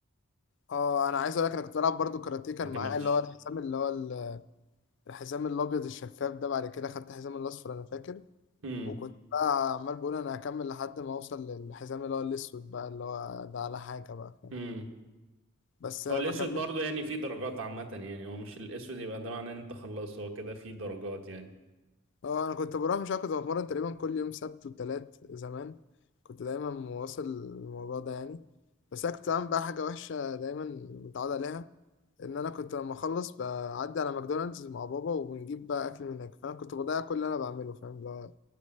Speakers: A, on the left; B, on the right.
A: اه انا عايز اقول لك انا كنت بلعب برضو كاراتيه كان
B: ما كملتش
A: معايا اللي هو الحزام اللي هو ال- الحزام الابيض الشفاف ده بعد كده خدت حزام الاصفر انا فاكر
B: امم
A: وكنت بقى عمال بقول انا هكمل لحد ما اوصل للحزام اللي هو الاسود بقى اللي هو ده على حاجه بقى فاهم
B: امم
A: بس ما
B: هو الاسود
A: كملت
B: برضه يعني فيه درجات عامة يعني هو مش الاسود يبقى ده معناه ان انت خلصت هو كده فيه درجات يعني
A: اه انا كنت بروح مش عارف كنت بتمرن تقريبا كل يوم سبت وتلات زمان كنت دايما مواصل الموضوع ده يعني بس انا كنت بعمل بقى حاجه وحشه دايما متعود عليها ان انا كنت لما اخلص بعدي على ماكدونالدز مع بابا وبنجيب بقى اكل من هناك فانا كنت بضيع كل اللي انا بعمله فاهم اللي هو